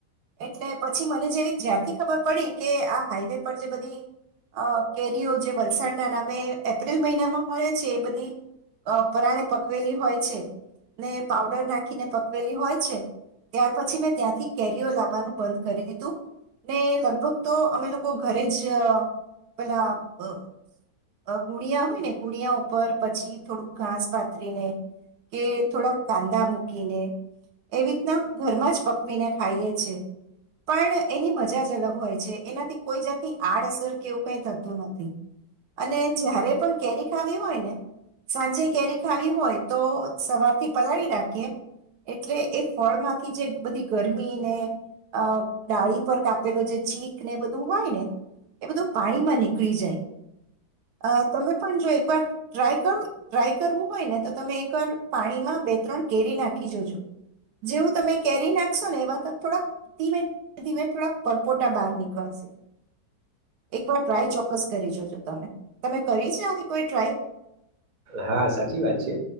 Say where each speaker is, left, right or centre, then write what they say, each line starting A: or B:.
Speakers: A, on the right; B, on the right.
A: એટલે પછી મને જેવી જ્યારથી ખબર પડી કે આ હાઈવે પર જે બધી અ કેરીઓ જે વલસાડના નામે એપ્રિલ મહિનામાં મળે છે એ બધીઅ પરાણે પકવેલી હોય છે ને પાવડર નાખીને પકવેલી હોય છે ત્યાર પછી મેં ત્યાંથી કેરીઓ લાવવાનું બંધ કરી દીધું ને લગભગ તો અમે લોકો ઘરે જ પેલા અ ઉગુણિયા હોય ને ગુણિયા ઉપર પછી થોડું ઘાસ પાતરીને કે થોડાક કાંદા મૂકીને એવી રીતના ઘરમાં જ પકવીને ખાઈએ છે પણ એની મજા જ અલગ હોય છે એનાથી કોઈ જાતની આડઅસર કેવું કઈ થતું નથી અને જારે પણ કેરી ખાવી હોય ને સાંજે કેરી ખાવી હોય તો સવારથી પલાળેલી રાખીએ એટલે એ ફળમાંથી જે બધી ગરમી ને અ ડાળી પર કાપેલો જે ચીખ ને બધું હોય ને એ બધું પાણીમાં નીકળી <unintelligible> તમે પણ જો એકવાર ટ્રાય કરું ટ્રાય કરવું હોય ને તો તમે એકવાર પાણીમાં બે ત્રણ કેરી નાખી જોજો જેવું તમે કેરી નાખશો ને એવા ત થોડાક ધીમે ધીમે થોડાક પરપોટા બહાર નીકળશે એકવાર ટ્રાય ચોક્કસ કરી જોજો તમે તમે કરી છે આવી કોઈ ટ્રાય
B: હા સાચી વાત છે